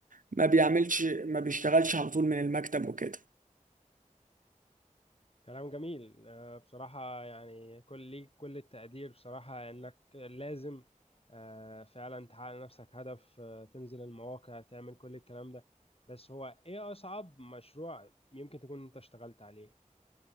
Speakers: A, on the right (about 75°); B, on the left (about 45°).
A: ما بيعملش ما بيشتغلش على طول من المكتب وكده
B: كلام جميل آه، بصراحة يعني كل ليك كل التقدير بصراحة إنك لازم آه، فعلا تحقق لنفسك هدف آه، تنزل المواقع تعمل كل الكلام ده بس هو إيه أصعب مشروع يمكن تكون أنت اشتغلت عليه؟